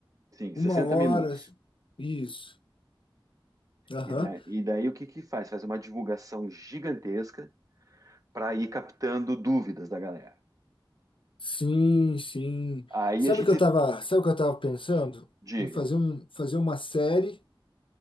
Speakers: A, on the right; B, on the left.
A: sim,
B: Uma
A: 60
B: hora.
A: minutos.
B: Isso. Aham.
A: E, da- e daí o que que faz? Faz uma divulgação gigantesca para ir captando dúvidas da galera.
B: Sim, sim.
A: Aí
B: Sabe
A: a gente
B: o que eu tava, sabe o que eu tava pensando?
A: diga,
B: Em fazer um, fazer uma série.